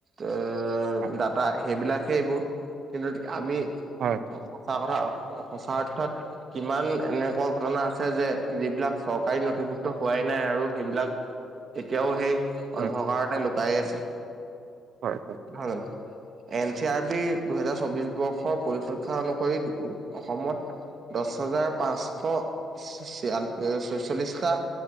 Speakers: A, on the right; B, on the right.
A: এ
B: হয়,
A: ডাটা সেইবিলাকহে এইবোৰ কিন্তু আমি সঁচা
B: হয়, হয়,
A: কথা সঁচা অৰ্থত কিমান এনেকুৱা ঘটনা আছে যে যিবিলাক চৰকাৰী নথিভুক্ত হোৱাই নাই আৰু সেইবিলাক এতিয়াও সেই
B: হয়,
A: অন্ধকাৰতে লুকাই আছে
B: হয় হয়
A: নহয় জানো এন চি আৰ বি দুহেজাৰ চৌবিশ বৰ্ষৰ পৰিসংখ্যা অনুসৰি অসমত দছ হাজাৰ পাঁচশ চি চিয়ান ছয়চল্লিশটা